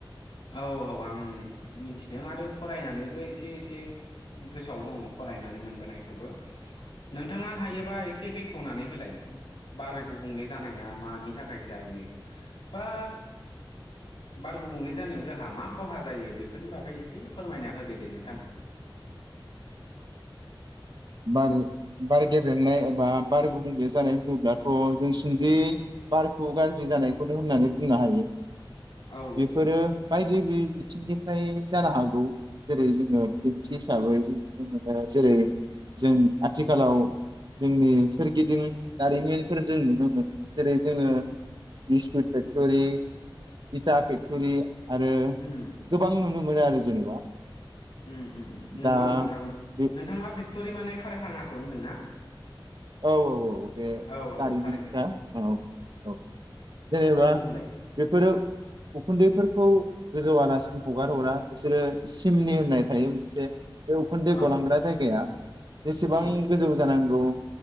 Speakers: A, on the left; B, on the right.
A: औ औ आं मिथिदों आरो फरायनानैबो एसे एसे गोसोआव दङ फरायनानै मोनबोनायखौबो नोंथाङा हायोबा एसे बेखेवनानै होलाय बार गुबुंले जानाया मानि थाखाय जायो बा बार गुबुंले जानायाव जोंहा मा खहा जायो बेफोरनि बागै एसे फोरमायना होदो दे नोंथां।
B: बार बार गेब्रेंनाय एबा बार गुबुंले जानाय होनोब्लाथ' जों सुंदियै बारखौ गाज्रि जानायखौनो होननानै बुंनो हायो।
A: औ
B: बेफोरो बायदि बिथिंनिफ्राय जानो हागौ जेरै जोङो बिदिन्थि हिसाबै जों नुनो मोनो जेरै जों आथिखालाव जोंनि सोरगिदिं दारिमिनफोर जों नुनो मोनो जेरै जोङो बिस्कुट फेक्टरि, इटा फेक्टरि। आरो
A: उम
B: गोबां नुनो। नुनो मोनो आरो जेनेबा।
A: उम उम नोंगौ
B: दा
A: नोंथां
B: बे
A: नोंथाङा <unintelligible> <unintelligible> माने कारखानाखौ होनदोंना?
B: औ औ औ। बे
A: औ औ
B: दारिमिनफ्रा
A: थारैनो
B: औ औ औ जेनेबा
A: बुंलाय
B: बेफोरो उखुन्दैफोरखौ गोजौ आलासिनो हगार हरा बिसोरो सिमनि होननाय थायो मोनसे बे उखुन्दै
A: औ
B: गलांग्रा जायगाया जेसेबां
A: उम
B: गोजौ जानांगौ औ।